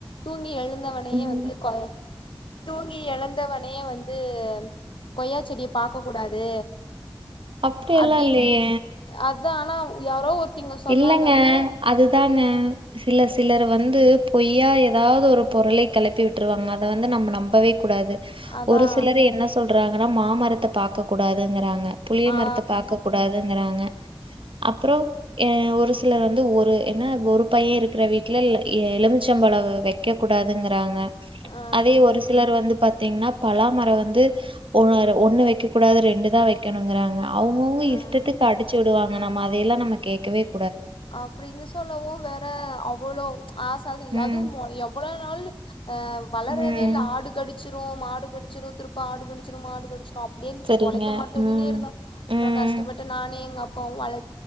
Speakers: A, on the left; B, on the right.
A: தூங்கி எழுந் ந்தவனயே
B: ம்,
A: வந்து கொய்ய தூங்கி எழுந்தவனே வந்து கொய்யா செடிய பாக்க கூடாது
B: அப்டி எல்லா
A: அப்டின்
B: இல்லயே
A: அதா ஆனா யாரோ ஒருத்திங்க சொன்னாங்கன்னு
B: இல்லங்க அதுதாங்க ம் சிலர் சிலரு வந்து பொய்யா எதாவ்து ஒரு பொறலி கெளப்பி விட்டுருவாங்க அத வந்து நம்ம நம்பவே கூடாது
A: அதா
B: ஒரு சிலர் என்ன சொல்றா ஆனா மாமரத்த பாக்க கூடாதுங்கிறாங்க புளிய
A: ஆ
B: மரத்த பாக்க கூடாதுங்கிறாங்க அப்றோ ஏ ஒரு சிலர் வந்து ஒரு என்ன ஒரு பைய இருக்கிற வீட்ல ல எ எலும்ச்சம்பழ வ வெக்க கூடாதுங்கிறாங்க
A: ஆ
B: அதே ஒரு சிலர் வந்து பாத்தீங்னா பலாமர வந்து ஒரரு ஒன்னு வைக்கக்கூடாது ரெண்டுதா வைக் க்கனுங்கிறாங்க அவ்ங்கவ்ங்க
A: ஆ
B: இஷ்டத்துக்கு அடிச்சு விடுவாங் ம் நம்ம அதையெல்லா நம்ம கேக்கவேக்
A: அப்டின்னு சொல்லவு வேற அவளோ ஆஹ் சரி
B: ம்.
A: அதும் மோ எவ்வளோ நாலு அ வளரவேல்ல
B: ம்.
A: ஆடு கடிச்சு அப்ரோ மாடு கடிச்சுரு திருப்ப ஆடு கடிச்சுரு மாடு கடிச்சிரு அப் ப்படிய இருந்துட்டு
B: சரிங்க.
A: பொழைக்க மாட்டதுன்னே
B: ம்.
A: இருந்தோ அப்பற
B: ம்.
A: கஷ்டப்பட்டு நானே எங்க அப்பாவு வள